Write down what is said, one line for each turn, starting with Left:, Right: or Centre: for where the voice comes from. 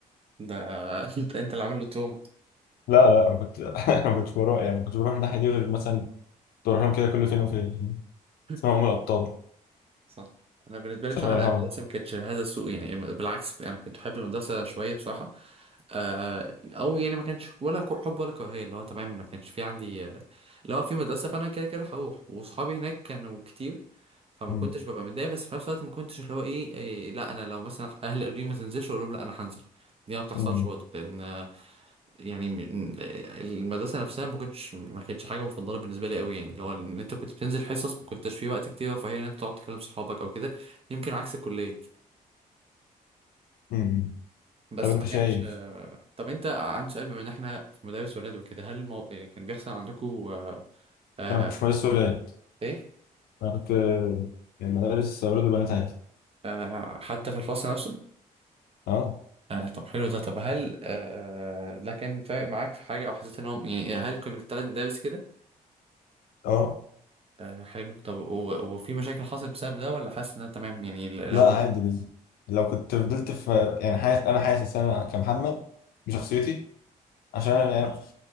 Right: ده <laughs> انت انت اللي عامل له توما
Left: لا لا انا كنت <laughs> انا ما كنتش بروح يعني ما كنتش بروح من الناحيه دي غير مثلا كنت بروح لهم كده كل فين وفين
Right: <laughs>
Left: اسمها ام الابطال
Right: صح انا بالنسبه لي
Left: شارع
Right: بصراحه
Left: الهرم
Right: لا المدرسه ما كانتش هذا السوء يعني الم- بالعكس انا كنت بحب المدرسه شويه بصراحه آه او يعني ما كانش ولا كو- حب ولا كراهيه اللي هو تمام ما كانش في عندي آه، اللي هو في مدرسه فانا كده كده هروح واصحابي هناك كانوا كتير فما
Left: مم.
Right: كنتش ببقى متضايق بس في نفس الوقت ما كنتش اللي هو ايه, إيه لا انا لو مثلا اهلي قالوا لي ما تنزلش اقول لهم لا انا هنزل دي ما بتحصلش
Left: مم.
Right: برضه لان يعني م- المدرسة نفسها ما كنتش ما كانتش حاجة مفضلة بالنسبة لي قوي يعني لو ان انت كنت بتنزل حصص ما كنتش في وقت كتير فهي ان انت تقعد تكلم صحابك او كده يمكن عكس الكلية
Left: مم.
Right: بس
Left: طب انت
Right: ما كانش
Left: شايف
Right: آه، طب انت عندي سؤال بما ان احنا في مدارس ولاد وكده هل المو... كان بيحصل عندكم آه... آه...
Left: انا ما كنتش مدرسة ولاد
Right: ايه
Left: انا كنت آه، يعني مدارس ولاد وبنات عادي
Right: آه... حتى في الفصل نفسه
Left: اه
Right: آه طب حلو ده طب هل آه... آه، ده كان فارق معاك في حاجة او حسيت انهم يعني هل كنت ثلاث مدارس كده
Left: اه
Right: آه حلو طب و... وفي مشاكل حصلت بسبب ده ولا حاسس انها تمام يعني لو
Left: لا عادي بز... لو كنت فضلت في يعني حاسس انا حاسس انا كمحمد بشخصيتي عشان انا يعني